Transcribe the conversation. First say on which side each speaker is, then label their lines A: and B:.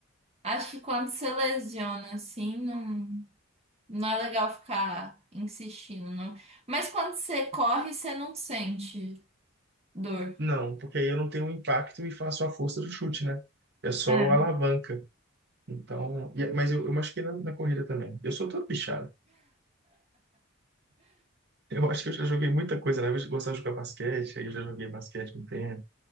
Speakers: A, on the right; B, on the right.
A: acho que quando você lesiona, assim, não, não é legal ficar insistindo, não. Mas quando você corre, você não sente dor.
B: Não, porque aí eu não tenho impacto e faço a força do chute, né? É só
A: É.
B: a alavanca. Então, e- é, mas eu, eu machuquei na, na corrida também. Eu sou todo bichado. Eu acho que eu já joguei muita coisa, né? Eu gostava de jogar basquete, aí eu já joguei basquete um tempo,